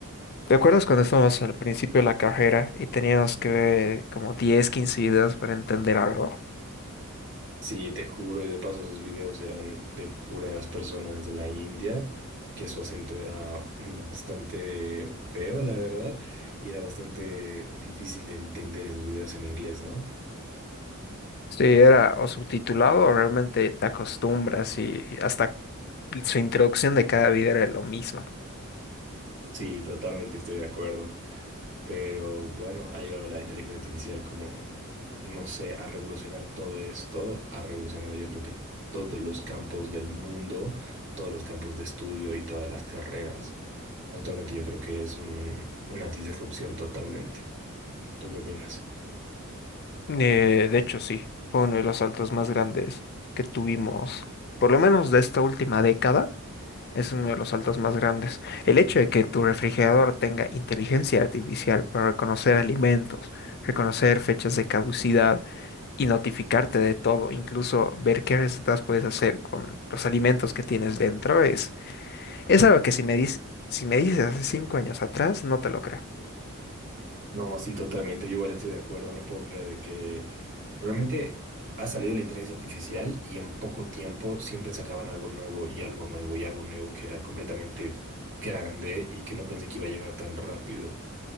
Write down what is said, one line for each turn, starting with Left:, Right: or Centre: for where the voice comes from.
Left: ¿Te acuerdas cuando estábamos al principio de la carrera y teníamos que ver como diez, quince videos para entender algo?
Right: Sí, te juro, y de paso esos videos eran de puras personas de la India, que su acento era bastante feo, la verdad, y era bastante difícil de entender esos videos en inglés, ¿no?
Left: Sí, era o subtitulado o realmente te acostumbras y hasta su introducción de cada video era lo mismo.
Right: Sí, totalmente estoy de acuerdo. Pero bueno, ha llegado la inteligencia artificial como, no sé, a revolucionar todo esto, ha revolucionado yo creo que todos los campos del mundo, todos los campos de estudio y todas las carreras. Actualmente yo creo que es un- una disrupción totalmente. ¿Tú qué opinas?
Left: Eh, de hecho, sí, fue uno de los saltos más grandes que tuvimos, por lo menos de esta última década, es uno de los saltos más grandes. El hecho de que tu refrigerador tenga inteligencia artificial para reconocer alimentos, reconocer fechas de caducidad y notificarte de todo, incluso ver qué recetas puedes hacer con los alimentos que tienes dentro, es, es algo que si me dices, si me dices hace cinco años atrás, no te lo creo.
Right: No, sí, totalmente. Yo igual estoy de acuerdo. No puedo creer de que realmente ha salido la inteligencia artificial y en poco tiempo siempre sacaban algo nuevo y algo nuevo y algo nuevo que era completamente grande y que no pensé que iba a llegar tan rápido.